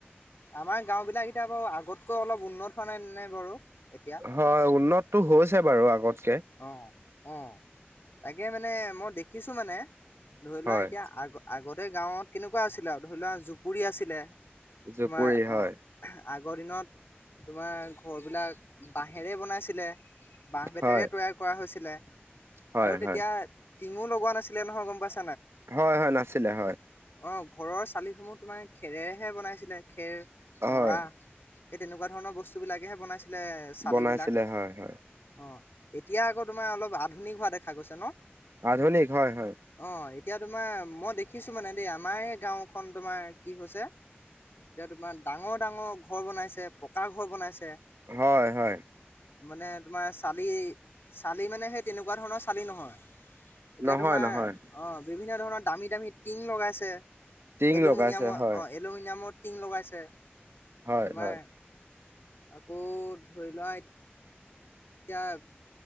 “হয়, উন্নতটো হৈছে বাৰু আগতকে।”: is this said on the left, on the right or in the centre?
Right